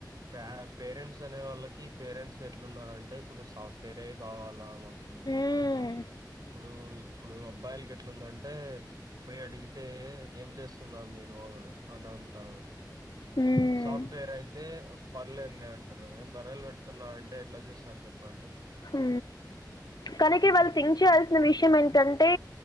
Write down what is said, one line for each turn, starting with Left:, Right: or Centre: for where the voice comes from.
Right: ప పేరెంట్స్ అనే వాళ్ళకి పేరెంట్స్ ఎట్లున్నార అంటే ఇప్పుడు సాఫ్టువేరే కావాలా కి
Left: హ్మ్.
Right: పొద్దున ఇప్పుడు ఇప్పుడు అబ్బాయిలకి ఎట్లున్దంటే పోయి అడిగి అయితే ఏం చేస్తున్నారు మీరు అని అంటారు
Left: హ్మ్.
Right: సాఫ్ట్వేర్ అయితే పర్లేదులే అంటారు నేను బర్రలు పెట్టుకున్నా అంటే ఎట్లా చూస్తారు చెప్పండి
Left: హు కనుక
Right: దానికి
Left: వాళ్ళు
Right: దీనికి
Left: థింక్ చేయాల్సిన విషయం ఏంటంటే